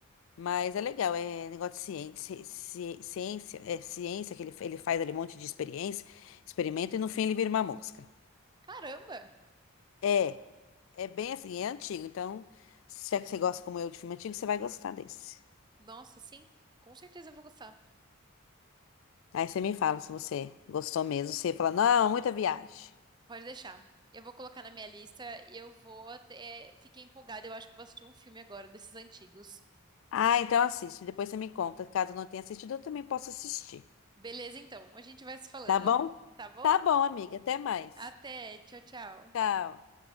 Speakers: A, on the left (about 70°); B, on the right (about 20°).
A: mas é legal, é negócio de ciência, ci- ciência, é ciência que ele, ele faz ali um monte de experiência, experimento e no fim ele vira uma mosca.
B: Caramba!
A: É, é bem assim, é antigo, então se é que você gosta como eu de filme antigo, você vai gostar desse.
B: Nossa, sim. Com certeza eu vou gostar.
A: Aí você me fala se você gostou mesmo. Você fala, não, muita viagem.
B: Pode deixar. Eu vou colocar na minha lista e eu vou até. Fiquei empolgada, eu acho que vou assistir um filme agora desses antigos.
A: Ah, então assiste. Depois você me conta. Caso não tenha assistido, eu também posso assistir.
B: Beleza, então. A gente vai se falando.
A: Tá bom?
B: Tá bom?
A: Tá bom, amiga. Até mais.
B: Até. Tchau, tchau.
A: Tchau.